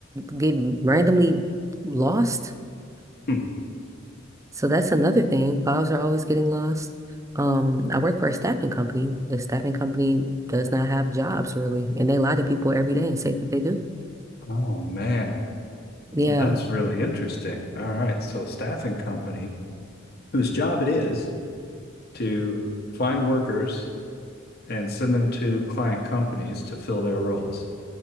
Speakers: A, on the right; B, on the left.
A: get randomly lost.
B: Hmm.
A: So that's another thing. Files are always getting lost. Um, I work for a staffing company. The staffing company does not have jobs really, and they lie to people every day and say that they do.
B: Oh man.
A: Yeah,
B: Well, that's really interesting. All right. So, a staffing company whose job it is to find workers and send them to client companies to fill their roles.